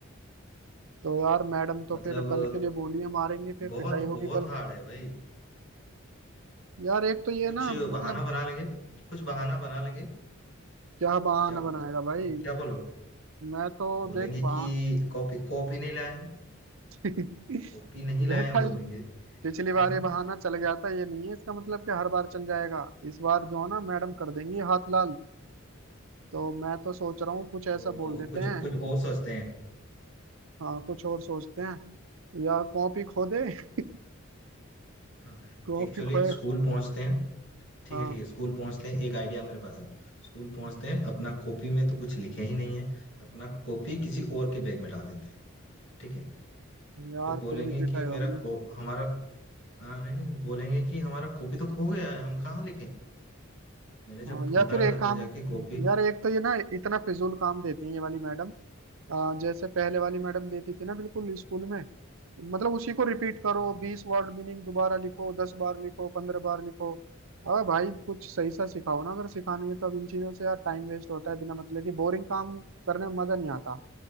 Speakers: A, on the right; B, on the left.
A: तो यार मैडम तो
B: मतलब
A: फिर कल के लिए बोली है मारेंगी फिर
B: अ, बहुत
A: पिटाई होगी
B: बहुत
A: कल
B: हार्ड है भाई
A: यार एक तो ये
B: कुछ
A: ना मतलब
B: बहाना बना लेंगे कुछ बहाना बना लेंगे
A: क्या बहाना
B: क्या
A: बनाएगा
B: बता
A: भाई
B: मतलब क्या बोलो
A: मैं तो
B: बोलेंगे
A: देख बहा
B: कि कॉपी कॉपी नहीं लाए हैं
A: <laughs>
B: कॉपी नहीं लाए
A: बेटा
B: हैं बोलेंगे
A: पिछली बार
B: <laughs>
A: ये बहाना चल गया था ये नहीं है इसका मतलब कि हर बार चल जाएगा इस बार जो है ना मैडम कर देंगी हाथ लाल तो मैं तो सोच रहा हूँ कुछ ऐसा
B: वो
A: बोल देते
B: कुछ
A: हैं
B: कुछ और सोचते हैं
A: हाँ कुछ और सोचते हैं या कॉपी खो दे <laughs>
B: हाँ
A: कॉपी
B: एक्चुअली
A: खोए
B: स्कूल पहुंचते हैं ठीक
A: हाँ
B: है ठीक है स्कूल पहुंचते हैं एक आइडिया मेरे पास है स्कूल पहुंचते हैं अपना कॉपी में तो कुछ लिखे ही नहीं है अपना कॉपी किसी और के बैग में डाल देते हैं ठीक है
A: यार
B: फिर बोलेंगे
A: फिर भी पिटाई
B: कि मेरा
A: होगी
B: को हमारा हाँ नहीं नहीं बोलेंगे कि हमारा कॉपी तो खो गया है हम कहाँ लिखें मैंने जब
A: हाँ
B: ढूंढा
A: या फिर एक
B: घर
A: काम
B: में जाके कॉपी
A: यार एक तो ये ना इतना फिजूल काम देती है ये वाली मैडम आ, जैसे पहले वाली मैडम देती थी ना बिल्कुल स्कूल में मतलब उसी को रिपीट करो
B: हाँ हाँ
A: बीस वर्ड मीनिंग दोबारा लिखो दस बार लिखो पंद्रह बार लिखो अरे भाई कुछ सही सा सिखाओ ना अगर सिखानी है तो अब इन चीजों से यार टाइम वेस्ट होता है बिना मतलब की बोरिंग काम करने में मजा नहीं आता